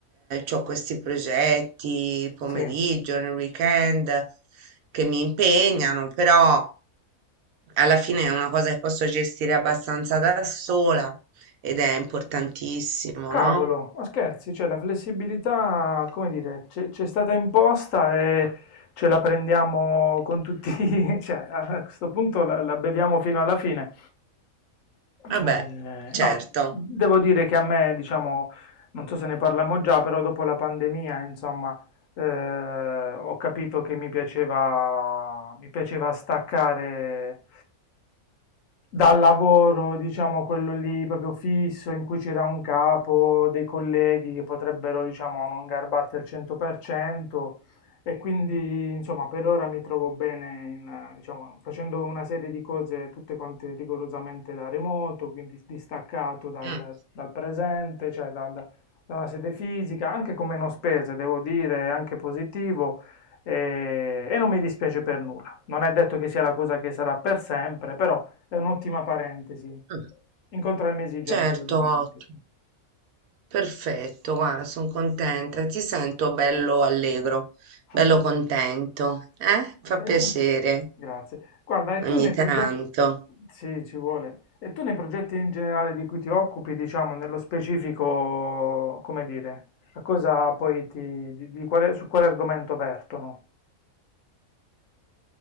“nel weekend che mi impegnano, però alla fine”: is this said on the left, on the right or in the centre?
Right